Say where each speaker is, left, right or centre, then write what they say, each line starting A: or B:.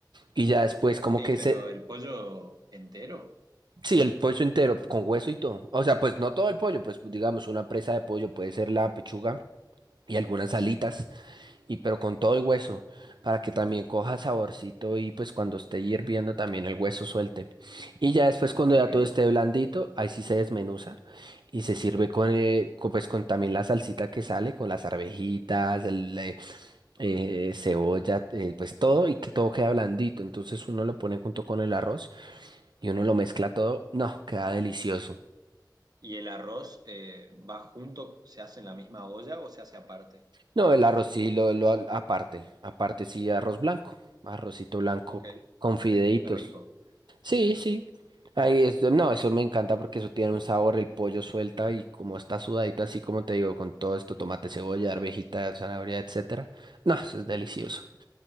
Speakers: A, on the right (about 80°); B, on the right (about 60°).
A: y ya después como
B: Ey,
A: que
B: pero
A: se...
B: el pollo entero.
A: Sí, el pollo entero, con hueso y todo. O sea, pues no todo el pollo, pues
B: Ujú.
A: digamos una presa de pollo puede ser la pechuga y algunas alitas.
B: Sí,
A: Y pero con todo el hueso, para que también coja saborcito y pues cuando esté hirviendo también el hueso suelte. Y ya después cuando
B: qué
A: ya
B: rico.
A: todo esté blandito, ahí sí se desmenuza y se sirve con,
B: Ajá,
A: eh, con, pues con también la salsita que sale, con las arvejitas, el, eh,
B: ajá.
A: eh, cebolla, eh, pues todo y que todo queda blandito. Entonces uno lo pone junto con el arroz y uno lo mezcla todo. No, queda delicioso.
B: ¿Y el arroz eh, va junto, se hace en la misma olla o se hace aparte?
A: No, el arroz sí lo, lo aparte, aparte sí arroz blanco, arrocito blanco
B: Ok,
A: con fideitos.
B: qué rico,
A: Sí, sí. Ahí es, no, eso me encanta porque eso tiene un sabor, el pollo suelta y como está sudadito, así como te digo, con todo esto, tomate, cebolla, arvejita, zanahoria, etcétera. No, eso es delicioso.